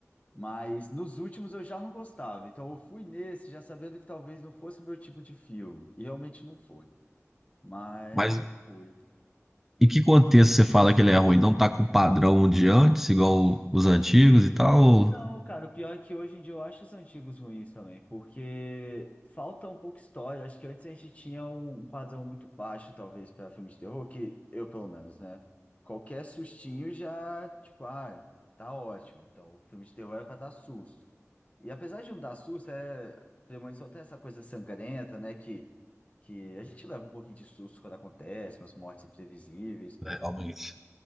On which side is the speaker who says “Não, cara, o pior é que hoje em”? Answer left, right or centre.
Left